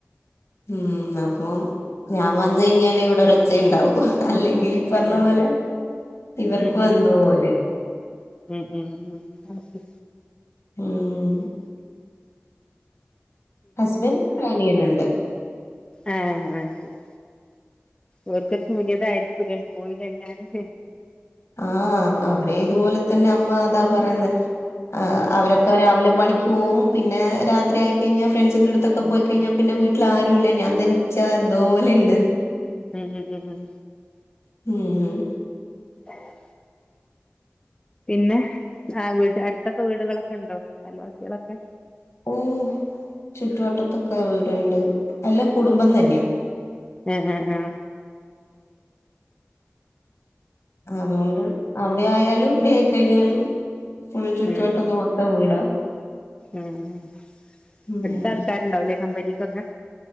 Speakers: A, on the left; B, on the left.
A: ഉം അപ്പം ഞാൻ വന്ന കഴിഞ്ഞാല് ഇവിടെ ഒരച്ചുണ്ടാവും അല്ലെങ്കിൽ ഈ പറഞ്ഞ
B: ആഹ്
A: പോലെ ഇവർക്കും
B: ഉം ഉം
A: എന്തോലെ
B: ഉം ഉം ഉ ഉ
A: ഉം
B: ആ
A: ഹസ്ബൻഡ റനിയനുണ്ട്
B: ആഹ ആഹ ശരി ഓർക്കർ ഇതായിരിക്കൂല്ലേ പോയില്ല ഞാനും
A: ആഹ അവിടെ ഇതുപോലെ തന്നെ അമ്മ്മാതാ പറയുന്ന ആ
B: ഉം
A: അവരൊക്കെ രാവിലെ പണിക്ക പോവും പിന്നെ രാത്രി ആയിക്കഴിഞ്ഞാൽ ഫ്രണ്ട്സിന്റെ അടുത്തൊക്കെ പോയി കഴിഞ്ഞാൽ പിന്നെ വീട്ടിൽ ആരുും ഇല്ല ഞാൻ നിച്ചാ എന്തോപോലെുണ്ട്
B: ഉം ഉം ഉം ഉം
A: ഹം
B: ആഹ പിന്നെ ആ വീടിന്റെ അടുത്തൊക്കെ വീടുകളൊക്കെ ഉണ്ടോ അയൽ വാസികളൊക്കെ
A: ഓ ചുറ്റുവട്ടത്തൊക്കെ വീടുണ്ട് പിന്നെ കുടുബം തന്നെ
B: അ അ അ അ
A: അതോണ്ട് അവിടെയായാലും <inaudible> <inaudible> ചുറ്റുവട്ടമൊത്തം
B: ഉം
A: വീടാ
B: ഉം
A: ഉം
B: അടുത്തൾക്കാരുണ്ടാവില്ലേ കമ്പനിക്കൊക്കെ